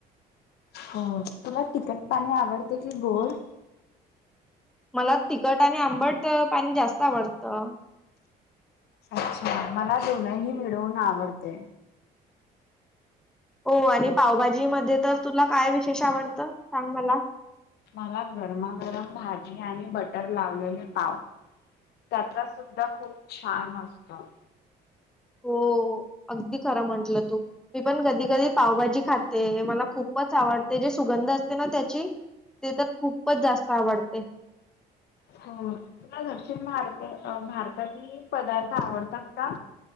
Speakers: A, on the left; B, in the centre.
A: हो तुला तिकट पाणी आवडते कि गोड?
B: मला तिखट आणि आंबट पाणी जास्त आवडतं.
A: अच्छा! मला दोनही मिळून आवडते.
B: ओ आणि पावभाजी मध्ये तर तुला काय विशेष आवडतं सांग मला.
A: मला गरमागरम भाजी आणि बटर लावलेल पाव. त्याचा सुद्धा खूप छान असतो.
B: हो अगदी खरं म्हटलं तू. मी पण कधी कधी पावभाजी खाते. मला खूपच आवडते जे सुगंध असते ना त्याची. तो तर खूपच जास्त आवडते.
A: हो तुला दक्षिण भारत अ भारतातील पदार्थ आवडतात का?